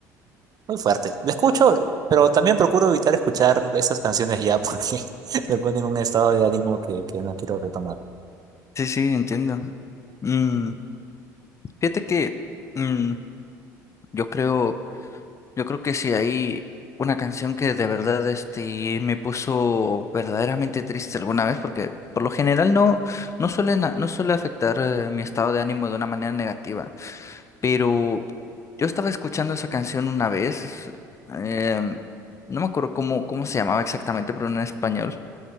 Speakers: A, on the right; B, on the left.
A: muy fuerte. Lo escucho, pero también procuro evitar escuchar esas canciones ya porque <laughs> me ponen en un estado de ánimo que, que no quiero retomar.
B: sí, sí, entiendo. Mm, fíjate que mm, yo creo... Yo creo que si hay una canción que de verdad este me puso verdaderamente triste alguna vez, porque por lo general no, no suele, na- no suele afectar eh, mi estado de ánimo de una manera negativa. Pero yo estaba escuchando esa canción una vez, eh, no me acuerdo cómo, cómo se llamaba exactamente, pero en español.